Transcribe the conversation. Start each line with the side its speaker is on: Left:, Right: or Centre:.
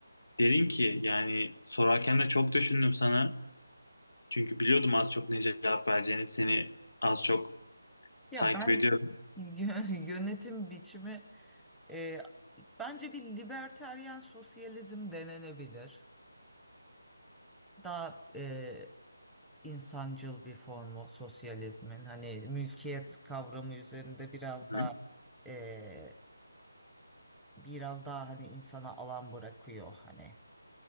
Left: derin ki yani sorarken de çok düşündüm sana. Çünkü biliyordum az çok ne cevap vereceğini. Seni az çok
Centre: Ya
Left: takip
Centre: ben
Left: ediyorum.
Centre: yö- <laughs> yönetim biçimi e, bence bir libertaryen sosyalizm denenebilir. Daha e, insancıl bir formu sosyalizmin. Hani mülkiyet kavramı üzerinde biraz
Left: Hı.
Centre: daha e, biraz daha hani insana alan bırakıyor hani